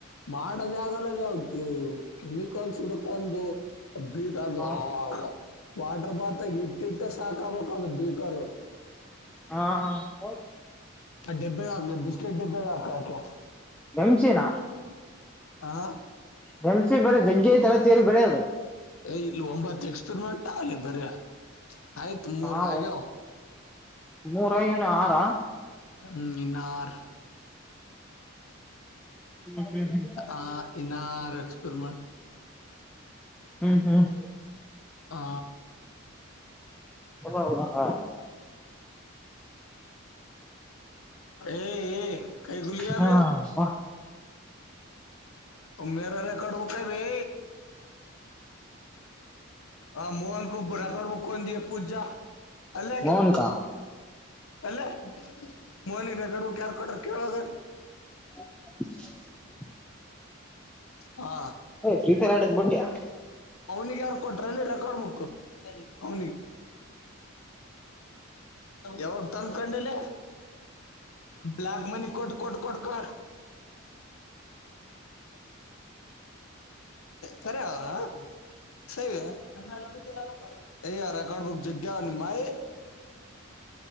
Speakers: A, on the left; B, in the centre.
A: ಮಾಡದ ಆಾಗಲ್ಲ ಯಾವ ಕೆಮಿಕಲ್ಸ್ ಹುಡ್ಕೊಂಡು ಅ ಕ
B: ಹ
A: ಹ ವಾಟರ್ ಬಾತ್ಲ್ ಇಟ್ಟಿಟ್ಟ ಸಾಕಬೇಕ ಅಂದ್ರ ಬೀಕರು
B: ಹಾ ಹ
A: ಅ ಡಬ್ಬೆ ಬಿಸಕಟ್ ಡಬ್ಬೆ ಆತಾ
B: ನೆಮ್ಸಿನ
A: ಆ
B: ನೆಮ್ಸಿ ಬರ ಜಗ್ಜ ಐತಿ ರ ಚೇರು ಬರದು
A: ಏ ಇಲ್ಲಿ ಒಂಬತ್ತು ಎಕ್ಸ್ಪೆರಿಮೆಂಟ್ಲ್ಲ ಬರಯ ಆಯ್ತು ಮೂ
B: ಹಾ
A: ರಗಾವ
B: ಮೂರನ ಆರ
A: ಹ್ಮರ್
B: ಹ್ಮ್ ಹ್ಮ್
A: ಆ ಇನ್ನಾರ ಎಕ್ಸ್ಪೆರಿಮೆಂಟ್
B: ಹ್ಮ್ ಹ್ಮ್
A: ಆ
B: ಎಲ್ಲಡ
A: ಏ ಏ ಕೈ ಗುಲಿ ಆಬ
B: ಹಾ
A: ಮೇರ ರೆಕಾರ್ರ್ಡ್ ಬುಕ ಭೈ ಹ ಮೋಹನ್ಕ ಬುರಾ ತಡಬು ಕೊಂಡ ದ ಪೂಜಾ ಅಲ್ಲ
B: ಮೋಹನ್ ಕಾ
A: ಅಲ್ಲೇ ಮಹನಿ ರಕಡ್ಬೇಕಕ್ ಯಾರ್ ಕೊಟ್ರ ಕೇಳದ
B: ಹ
A: ಹಾ
B: ಫ್ರೀ ಫೈರ್ ಆಡದ್ ಬಿಟ್ಟ್ಯಾ
A: ನೀ ಯಾರ ಕೊಟ್ರಲ್ಲಿ ರೆಕಾರ್ಡ್ ಬುಕ್ ಅವನಿಗೆ ಯಾವಾಗ ತಂದಕೊಂಡಲ್ಲಿ ಬ್ಲಾಕ್ ಮನಿ ಕೊಟ್ಟ ಕೊಟ್ಟ ಕೊಟ್ಟ ಕೊ ಸರಿ ಹಗ ಎ ಕ ಕಡ್ಬುಕ್ ಜ ಮಾಡಯ